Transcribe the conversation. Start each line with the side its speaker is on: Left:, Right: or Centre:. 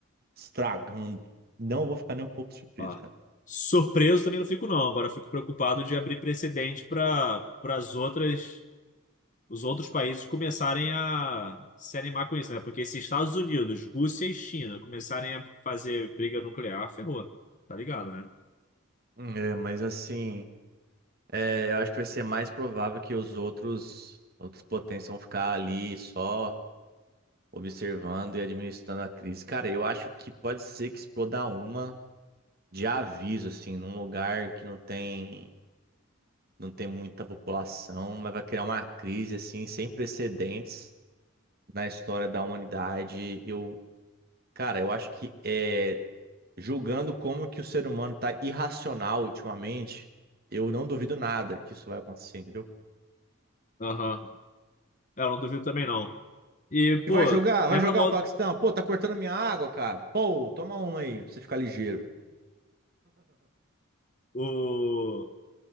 Right: estragando. Não vou ficar nem um pouco surpreso,
Left: Ah,
Right: cara.
Left: surpreso também não fico, não. Agora eu fico preocupado de abrir precedente para para as outras os outros países começarem a se animar com isso, né? Porque se Estados Unidos, Rússia e China começarem a fazer briga nuclear, ferrou. Tá ligado, né?
Right: É, mas assim, é, eu acho que vai ser mais provável que os outros, outras potências vão ficar ali só observando e administrando a crise. Cara, eu acho que pode ser que exploda uma de aviso, assim, num lugar que não tem. não tem muita população, mas vai criar uma crise assim sem precedentes na história da humanidade. Eu, cara, eu acho que é, julgando como que o ser humano tá irracional ultimamente, eu não duvido nada que isso vai acontecer, entendeu?
Left: Aham. É, eu não duvido também, não. E, pô,
Right: E vai jogar, vai
Left: lembra
Right: jogar
Left: mal
Right: o Paquistão. Pô, tá cortando minha água, cara. Pô, toma uma aí pra você ficar ligeiro.
Left: o.